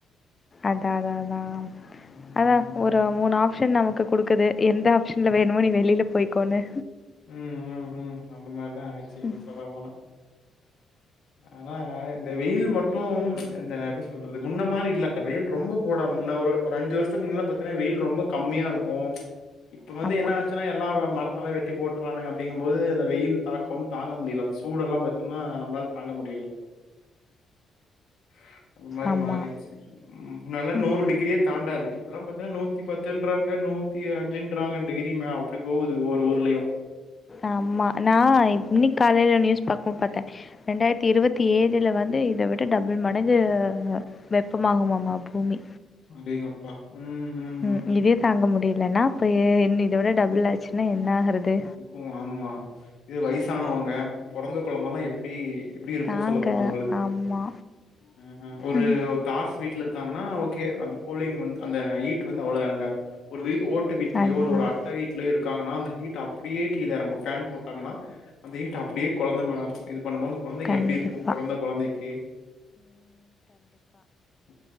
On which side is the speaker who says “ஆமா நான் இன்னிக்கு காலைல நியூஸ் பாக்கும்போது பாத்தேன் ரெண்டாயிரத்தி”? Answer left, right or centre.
Left